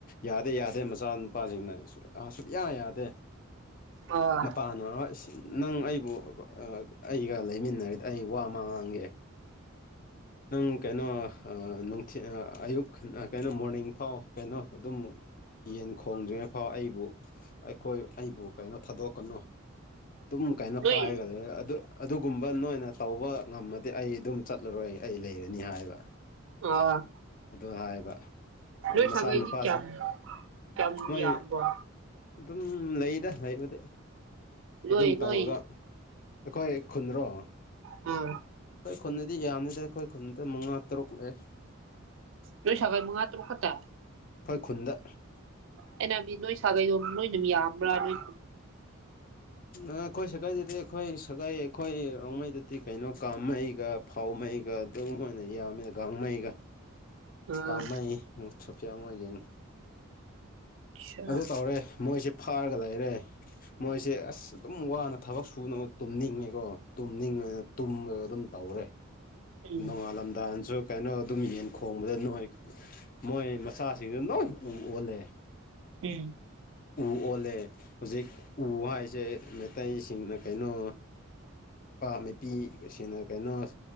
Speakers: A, on the left (about 40°); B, on the right (about 60°).
A: ꯌꯥꯗꯦ ꯌꯥꯗꯦ ꯃꯆꯥꯅꯨꯄꯥꯁꯤꯡꯅ ꯁꯨꯛꯌꯥ ꯌꯥꯗꯦ
B: ꯑꯥ
A: ꯃꯄꯥꯅ ꯅꯪ ꯑꯩꯕꯨ ꯑꯩꯒ ꯂꯩꯃꯤꯟꯅꯔꯗꯤ ꯑꯩ ꯋꯥ ꯑꯃ ꯉꯥꯡꯒꯦ ꯅꯪ ꯀꯩꯅꯣ ꯅꯨꯡꯊꯤ ꯑꯌꯨꯛ ꯀꯩꯅꯣ ꯃꯣꯔꯅꯤꯡ ꯐꯥꯎ ꯀꯩꯅꯣ ꯑꯗꯨꯝ ꯌꯦꯟ ꯈꯣꯡꯗ꯭ꯔꯤꯉꯩꯐꯥꯎ ꯑꯩꯕꯨ ꯑꯩꯈꯣꯏ ꯑꯩꯕꯨ ꯀꯩꯅꯣ ꯊꯥꯗꯣꯛꯀꯅꯨ ꯑꯗꯨꯝ ꯀꯥꯏꯅꯣ
B: ꯅꯣꯏ
A: ꯄꯥꯏꯔꯒ ꯂꯩꯌꯦ ꯑꯗꯨ ꯑꯗꯨꯒꯨꯝꯕ ꯅꯣꯏꯅ ꯇꯧꯕ ꯉꯝꯃꯗꯤ ꯑꯩ ꯑꯗꯨꯝ ꯆꯠꯂꯔꯣꯏ ꯑꯩ ꯂꯩꯔꯅꯤ ꯍꯥꯏꯕ
B: ꯑꯥ
A: ꯑꯗꯨ ꯍꯥꯏꯕ
B: ꯅꯣꯏ
A: ꯃꯆꯥꯅꯨꯄꯥꯁꯦ
B: ꯁꯥꯒꯩꯗꯤ ꯀꯌꯥꯝ ꯀꯌꯥꯝ
A: ꯃꯣꯏ
B: ꯌꯥꯝꯕ꯭ꯔꯣ
A: ꯑꯗꯨꯝ ꯂꯩꯗ ꯂꯩꯕꯗꯤ
B: ꯅꯣꯏ
A: ꯑꯗꯨꯝ ꯇꯧꯔꯒ
B: ꯅꯣꯏ
A: ꯑꯩꯈꯣꯏ ꯈꯨꯟꯗ꯭ꯔꯣ
B: ꯎꯝ
A: ꯑꯩꯈꯣꯏ ꯈꯨꯟꯗꯗꯤ ꯌꯥꯝꯗꯦꯗ ꯑꯩꯈꯣꯏ ꯈꯨꯟꯗ ꯃꯉꯥ ꯇꯔꯨꯛ ꯂꯩ
B: ꯅꯣꯏ ꯁꯥꯒꯩ ꯃꯉꯥ ꯇꯔꯨꯛ ꯈꯛꯇ
A: ꯑꯩꯈꯣꯏ ꯈꯨꯟꯗ
B: ꯑꯩꯅ ꯍꯥꯏꯕꯗꯤ ꯅꯣꯏ ꯁꯥꯒꯩꯗꯣ ꯅꯣꯏꯅ ꯑꯗꯨꯝ ꯌꯥꯝꯕ꯭ꯔꯥ ꯅꯣꯏ
A: ꯑꯩꯈꯣꯏ ꯁꯥꯒꯩꯗꯗꯤ ꯑꯩꯈꯣꯏ ꯁꯥꯒꯩ ꯑꯩꯈꯣꯏ ꯔꯣꯡꯃꯩꯗꯗꯤ ꯀꯩꯅꯣ ꯀꯥꯃꯩꯒ ꯄꯥꯎꯃꯩꯒ ꯑꯗꯨꯝ ꯑꯣꯏꯅ ꯌꯥꯝꯃꯤꯗ ꯒꯥꯡꯉꯩꯒ
B: ꯑꯥ
A: ꯀꯥꯃꯩ ꯁꯨꯐꯤꯌꯥ ꯃꯣꯏꯌꯦꯡ
B: ꯑꯆꯥ
A: ꯑꯗꯨ ꯇꯧꯔꯦ ꯃꯣꯏꯁꯦ ꯐꯥꯔꯒ ꯂꯩꯔꯦ ꯃꯣꯏꯁꯦ ꯑꯁ ꯑꯗꯨꯝ ꯋꯥꯅ ꯊꯕꯛ ꯁꯨꯅ ꯇꯨꯝꯅꯤꯡꯉꯦꯀꯣ ꯇꯨꯝꯅꯤꯡꯉꯅ ꯇꯨꯝꯃꯒ ꯑꯗꯨꯝ ꯇꯧꯔꯦ
B: ꯎꯝ
A: ꯅꯣꯡꯉꯥꯜꯂꯝꯗꯥꯏꯁꯨ ꯀꯩꯅꯣ ꯑꯗꯨꯝ ꯌꯦꯟ ꯈꯣꯡꯕꯗ ꯅꯣꯏ ꯃꯣꯏ ꯃꯆꯥꯁꯤꯡꯗꯨ ꯅꯣꯏ ꯑꯣꯜꯂꯦ
B: ꯎꯝ
A: ꯎ ꯑꯣꯜꯂꯦ ꯍꯧꯖꯤꯛ ꯎ ꯍꯥꯏꯁꯦ ꯃꯩꯇꯩꯁꯤꯡꯅ ꯀꯩꯅꯣ ꯃꯥꯏꯄꯤꯁꯤꯡꯅ ꯀꯩꯅꯣ